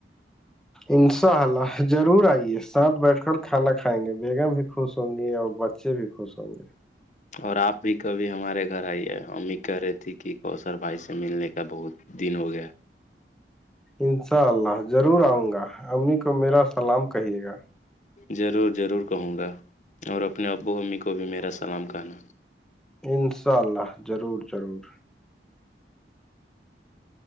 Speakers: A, in the centre; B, on the left.
A: انشاء اللہ ضرور آئیے ساتھ بیٹھ کر کھانا کھائیں گے بیگم بھی خوش ہوں گے اور بچے بھی خوش س ہے
B: اور آپ بھی کبھی ہمارے گھر آئیے امی کہہ رہے تھھی کہ کوثر بھائی سے ملنے کا بہت دن ہو گیا
A: انشاء اللہ ضرور آؤں گا امی کو میرا سلام کہیے گا
B: ضرور ضرور کہوں گا اور اپنے ابو امی کو بھی میرا سلام کہنا
A: انشاء اللہ ضرور ضرور